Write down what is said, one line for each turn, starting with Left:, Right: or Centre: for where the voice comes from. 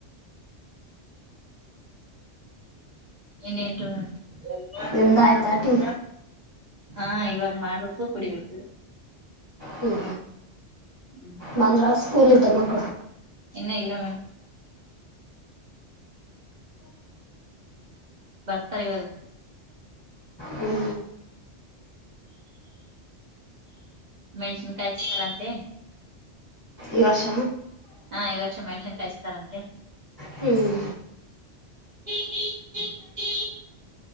Right: ಇನ್ನೇನ್ರೀ ಮೇಡಂ.
Left: ನಿಮ್ದು ಆಯ್ತಾ ಟೀ
Right: ಹಾ ಇವಾಗ ಮಾಡ್ಬೇಕು ಕುಡಿಬೇಕು.
Left: ಹ್ಮ
Right: ಹ್ಮ್
Left: ಬಂದ್ರ ಸ್ಕೂಲ್ ಇದ್ದ ಮಕ.
Right: ಇನ್ನ ಇಲ್ಲ ಮೇಡಮ್. ಬರ್ತಾರೆ ಇವಾಗ.
Left: ಹ್ಞೂ
Right: ಮೆಣಸನ್ ಕಾಯ ಹಚ್ಚಿದರಂತೆ.
Left: ಇವಸ.
Right: ಹಾ ಈ ವರ್ಷ ಮೆಣಟನ್ ಕಾಯಿಸಸ್ತಾರಂತೆ.
Left: ಹ್ಮ್.
Right: ಹ್ಮ್ ಹ್ಮ. <unintelligible>